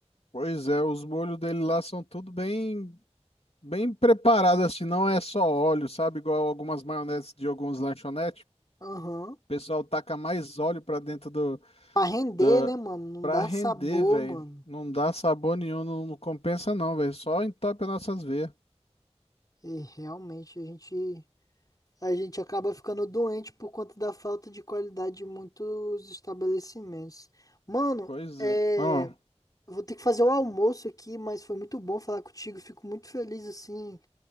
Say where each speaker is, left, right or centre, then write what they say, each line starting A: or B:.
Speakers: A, on the left; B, on the left.
A: Pois é, os molhos dele lá são tudo bem, bem preparados, assim, não é só óleo, sabe? Igual algumas maioneses de alguns lanchonetes.
B: Aham.
A: pessoal taca mais óleo pra dentro do,
B: Pra render,
A: da
B: né, mano? Não
A: pra
B: dá
A: render,
B: sabor,
A: velho.
B: mano.
A: Não dá sabor nenhum, não, não compensa não, velho. Só entope as nossas veias.
B: E realmente a gente a gente acaba ficando doente por conta da falta de qualidade de muitos estabelecimentos. Mano,
A: Pois
B: é,
A: é. Ó,
B: vou ter que fazer o almoço aqui, mas foi muito bom falar contigo. Fico muito feliz assim